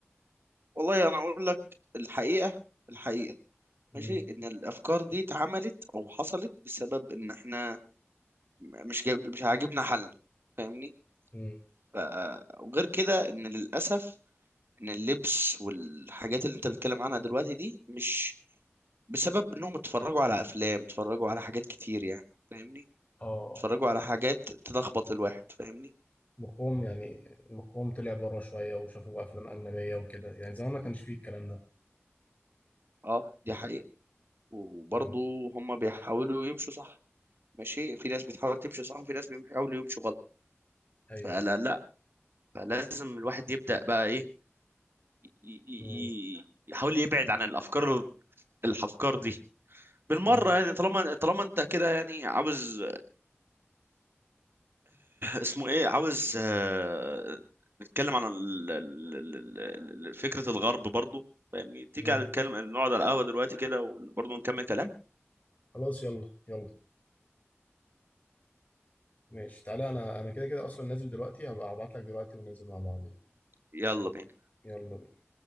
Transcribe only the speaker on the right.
والله أنا أقول لك الحقيقة الحقيقة
ماشي إن الأفكار دي اتعملت أو حصلت بسبب إن إحنا مش جايب... مش عاجبنا حالنا فاهمني
آه، وغير كده ان للاسف ان اللبس والحاجات اللي انت بتتكلم عنها دلوقتي دي مش بسبب انهم اتفرجوا على افلام اتفرجوا على حاجات كتير يعني فاهمني
اتفرجوا على حاجات تلخبط الواحد فاهمني
اه دي حقيقة وبرضه
هم بيحاولوا يمشوا صح ماشي في ناس بتحاول تمشي صح وفي ناس بيحاولوا يمشوا غلط
فلا
لا فلازم الواحد يبدأ بقى ايه ي- ي-
ي- يحاول يبعد عن الافكار الافكار دي بالمرة
يعني طالما طالما انت كده يعني عاوز اسمه ايه عاوز آه، نتكلم عن ال- ال- ال- ال- ال- فكرة الغرب برضو فاهمني تيجي
على نتكلم نقعد على القهوة دلوقتي كده وبرضو نكمل كلام
يلا بينا